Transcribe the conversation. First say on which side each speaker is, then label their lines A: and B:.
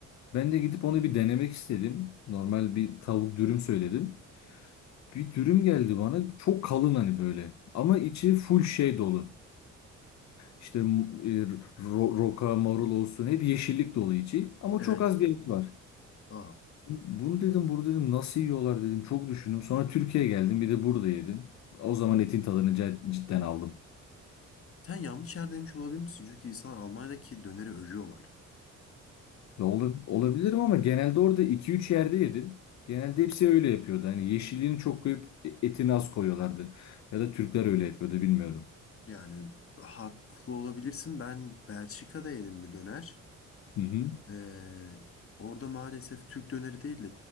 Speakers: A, on the left (about 65°); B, on the left (about 45°).
A: Ben de gidip onu bir denemek istedim. Normal bir tavuk dürüm söyledim. Bir dürüm geldi bana. Çok kalın hani böyle. Ama içi full şey dolu. İşte e, ro- roka, marul olsun hep yeşillik dolu içi ama
B: Evet.
A: çok az bir et var.
B: Aa.
A: Bunu dedim burada dedim nasıl yiyorlar dedim çok düşündüm. Sonra Türkiye'ye geldim bir de burada yedim. O zaman etin tadını ce- cidden aldım.
B: Sen yanlış yerdeymiş olabilir misin? Çünkü insanlar Almanya'daki döneri övüyorlar.
A: Ve ola- olabilirim ama genelde orada iki üç yerde yedim. Genelde hepsi öyle yapıyordu. Hani yeşilliğini çok koyup e- etini az koyuyorlardı. Ya da Türkler öyle yapıyordu bilmiyorum.
B: Yani haklı olabilirsin. Ben Belçika'da yedim bir döner.
A: Hı hı.
B: Ee, orada maalesef Türk döneri değil